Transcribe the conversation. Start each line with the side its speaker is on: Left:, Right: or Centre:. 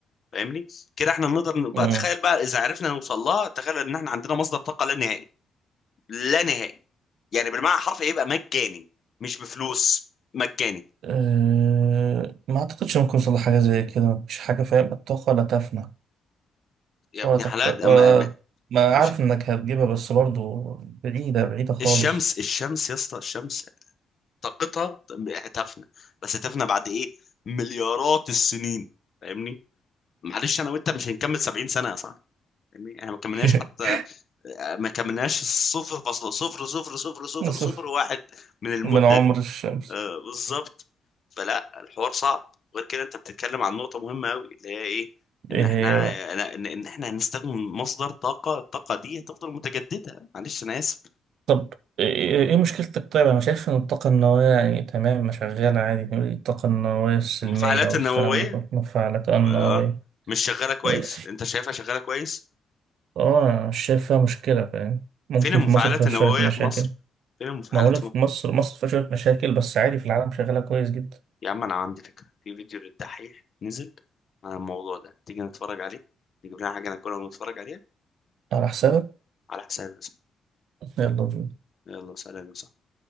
Left: فاهمني كده احنا نقدر نبقى
Right: مم.
Left: تخيل بقى اذا عرفنا نوصل لها تخيل ان احنا عندنا مصدر طاقه لا نهائي لا نهائي يعني بالمعنى الحرفي يبقى مجاني مش بفلوس مجاني
Right: أه ما أعتقدش ممكن يوصل لحاجة زي كده مفيش حاجة فاهم الطاقة لا تفنى
Left: يا
Right: ولا
Left: ابني
Right: تحت
Left: حلال أما...
Right: ولا
Left: ما-
Right: ما أعرف
Left: مش
Right: إنك هتجيبها بس برضو بعيدة بعيدة خالص
Left: الشمس الشمس يا اسطى الشمس طاقتها هتفنى بس هتفنى بعد ايه مليارات السنين فاهمني معلش انا وانت مش هنكمل 70 سنه يا صاحبي فاهمني احنا ما كملناش
Right: <laughs>
Left: حتى ما كملناش صفر فاصلة صفر صفر صفر صفر
Right: نصف
Left: صفر واحد من المدة
Right: من عمر
Left: دي
Right: الشمس
Left: آه بالظبط فلا الحوار صعب غير كده انت بتتكلم عن نقطة مهمة قوي اللي هي ايه ان
Right: إيه
Left: احنا
Right: هي بقى
Left: ان ان احنا هنستخدم مصدر طاقة الطاقة دي هتفضل متجددة معلش انا اسف
Right: طب إيه إيه إيه مشكلتك طيب أنا شايف إن الطاقة النووية يعني تمام ما شغالة عادي الطاقة النووية السلمية
Left: المفاعلات
Right: أو
Left: النووية
Right: الكلام ده كله مفاعلات النووية
Left: آه مش شغالة كويس
Right: إيه،
Left: انت شايفها شغالة كويس
Right: اه أنا مش شايف فيها مشكلة فاهم ممكن
Left: فين المفاعلات
Right: في مصر فيها
Left: النووية
Right: شوية مشاكل
Left: في مصر فين المفاعلات
Right: ما هقولك في مصر مصر فيها شوية مشاكل بس عادي في العالم شغالة كويس جدا
Left: يا عم انا عندي فكره في فيديو للدحيح نزل عن الموضوع ده تيجي نتفرج عليه نجيب لنا حاجه ناكلها ونتفرج عليها
Right: على حسابك
Left: على حسابي يا صاحبي.
Right: يلا بينا
Left: يلا سلام يا صاحبي